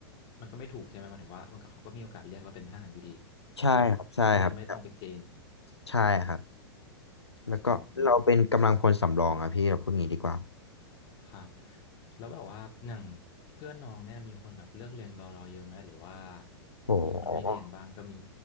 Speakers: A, on the left (about 35°); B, on the left (about 85°).
A: มันก็ไม่ถูกใช่ไหมมันถึงว่ามันก็เขาก็มีโอกาสเรียกเราเป็นทหารอยู่ดีใช่ปะแค่เราไม่ต้องไปเกณฑ์
B: ใช่ครับใช่ครับใช่ครับแล้วก็เราเป็นกำลังพลสำรองอะพี่เราพูดงี้ดีกว่า
A: อืมครับแล้วแบบว่าอย่างเพื่อนน้องเนี่ยมีคนแบบเลือกเรียนรอรอเยอะไหมหรือว่า
B: โอ้โห
A: มีคนไม่เรียนบ้างก็มี